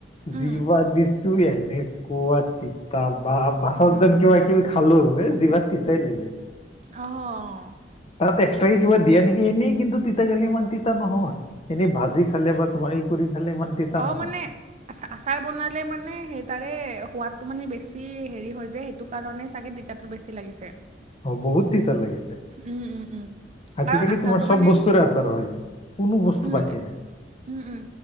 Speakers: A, on the right; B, on the left.
A: উম
B: জিভাত দিছোঁ এনেকুৱা তি তা বা পাছত
A: উম
B: যেন কিবা কিবি খালোঁ, এই জিভাত তিতাই লাগি আছে।
A: অহ।
B: তাত এক্সট্ৰাকে কি কিব দিয়ে নেকি, এনে কিন্তু তিতা কেৰেলা ইমান তিতা নহয়? এনে ভাজি খালে বা তোমাৰ ই কৰি খালে ইমান তিতা
A: অ'
B: নহয়।
A: মানে আচা আচাৰ বনালে মানে সেই তাৰে সোৱাদটো মানে বেছি হেৰি হয় যে, সেইটো কাৰণে চাগে তি তাতো বেছি লাগিছে।
B: অ' বহুত তিতা লাগে।
A: উম উম উম
B: আজিকালি
A: কাৰণ আচাৰটো
B: তোমাৰ চব
A: মানে
B: বস্তুৰে আচাৰ হয়, কোনো বস্তু
A: উম
B: বাকী নাই।
A: উম, উম।